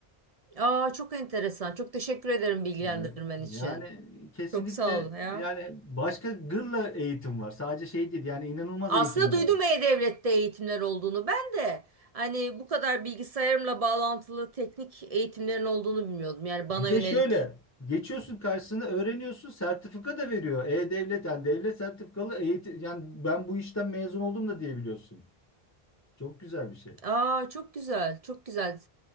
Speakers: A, on the right; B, on the left.
A: Aa çok enteresan. Çok teşekkür ederim bilgilendirmen
B: E,
A: için.
B: Yani kesinlikle
A: Çok sağ ol ya.
B: yani başka gırla eğitim var. Sadece şey değil yani inanılmaz
A: Aslında
B: eğitimler
A: duydum
B: var.
A: E-Devlet'te eğitimler olduğunu. Ben de hani bu kadar bilgisayarımla bağlantılı teknik eğitimlerin olduğunu bilmiyordum. Yani
B: Bir
A: bana
B: de
A: yönelik.
B: şöyle geçiyorsun karşısına öğreniyorsun sertifika da veriyor. E-Devlet yani devlet sertifikalı eğitim yani ben bu işten mezun oldum da diyebiliyorsun. Çok güzel bir şey.
A: Aa çok güzel. Çok güzel.